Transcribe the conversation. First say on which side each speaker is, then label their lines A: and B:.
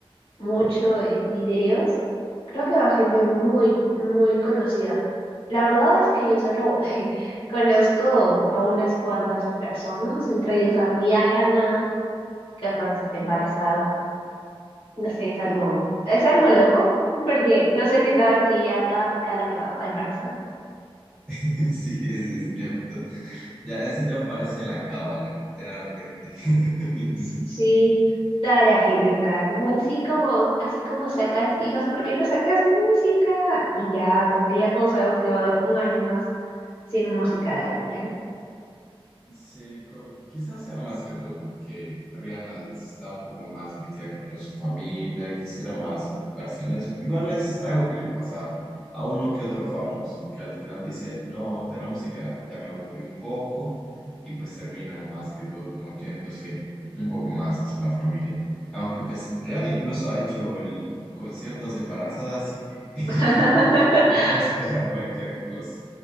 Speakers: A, on the left; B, in the centre.
A: mucho en videos. Creo que va gente muy, muy conocida. La verdad es que yo solo <laughs> conozco a unas cuantas personas, entre ellos a Rihanna, que otra vez está embarazada. No sé, es algo, es algo loco, porque no sé si sabes que ya cada Met Gala que va, va embarazada.
B: <laughs> Sí, eso es cierto. Ya, eso ya parece la cábala, literalmente. <laughs>
A: Sí, toda la gente estaba como así como, así como sacas hijas, ¿por qué no sacas música? Y ya, como que ya todos sabemos que va a haber un año más sin música de Rihanna.
B: Sí, pero quizás sea más que todo porque Rihanna está un poco más metida con lo de su familia y quisiera más enfocarse en eso. Igual es algo que le pasa a uno que otro famoso, que al final dice, no, de la música ya me aburrí un poco y pues terminan más que todo como yéndose un poco más hacia la familia. Aunque pues Rihanna incluso ha hecho el conciertos embarazada, así que
A: <laughs>
B: <laughs> me puedo esperar cualquier cosa.